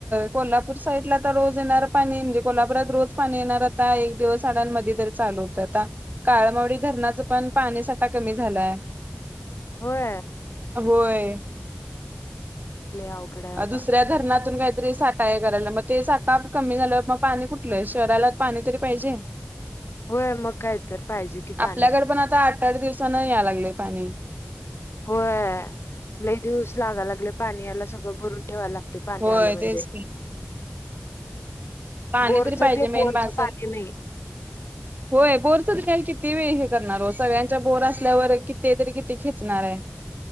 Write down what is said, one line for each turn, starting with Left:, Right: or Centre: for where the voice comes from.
Right: कोल्हापूर साईडला तर रोज येणार पाणी म्हणजे कोल्हापुरात रोज पाणी येणार आता एक दिवसडांमध्ये तरी चालू होतं आता काळमडी धरणाचं पण पाणी साठा कमी झालाय <inaudible>
Left: होय
Right: होय
Left: लय अवघड आहे बाबा.
Right: दुसऱ्या धरणातून काय साठा आहे कराला मग ते साठा कमी झालावर मग पाणी कुठलंय शहराला पाणी तरी पाहिजे
Left: होय मग काय तर पाहिजे कि पाणी
Right: आपल्याकडे पण आता आठ आठ दिवसांना या लागले पाणी
Left: होय लय दिवस लागालागल्य पाणी याला सगळं भरून ठेवा लाग. ते पाणी
Right: होय
Left: आलं म्हणजे
Right: तेच की पाणी
Left: बोरचं
Right: तरी पाहिजे
Left: ते
Right: मेन
Left: बोरचं
Right: बसल
Left: पाणी नाही
Right: होय बोरच किती? किती वेळ हे करणार हो सगळ्यांचा बोर असल्यावर कि तरी किती खेचणार आहे.